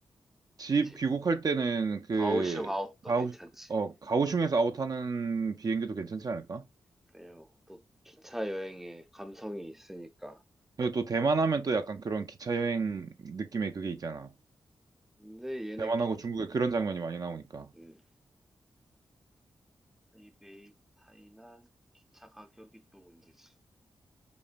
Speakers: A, on the right; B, in the centre.
A: 집
B: 그치.
A: 귀국할 때는 그
B: 가오슝 아웃도
A: 가오
B: 괜찮지.
A: 어 가오슝에서 아웃하는 비행기도
B: 음,
A: 괜찮지 않을까?
B: 그래요. 또 기차 여행에 감성이 있으니까.
A: 그리고 또 대만 하면 또 약간 그런 기차 여행 느낌의 그게 있잖아.
B: 근데 얘네
A: 대만하고
B: 기,
A: 중국에 그런 장면이 많이 나오니까.
B: 음. 타이베이 타이난 기차 가격이 또 문제지.